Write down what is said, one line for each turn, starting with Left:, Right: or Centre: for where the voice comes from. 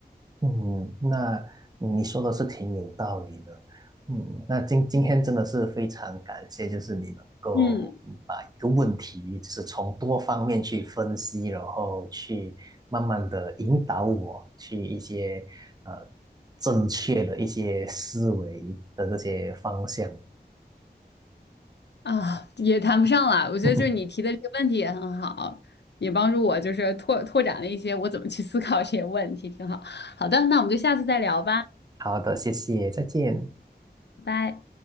Right: 嗯，那你说的是挺有道理的。嗯，那今今天真的是非常感谢，就是你能够嗯把一个问题，
Left: 嗯
Right: 就是从多方面去分析，然后去慢慢的引导我去一些呃正确的一些思维的这些方向。
Left: 啊，也谈不上了。我觉得就是你提的这个问题也很好，
Right: <laughs>
Left: 也帮助我就是拓拓展了一些我怎么去思考这些问题，挺好。好的，那我们就下次再聊吧，
Right: 好的，谢谢，再见。
Left: 拜拜。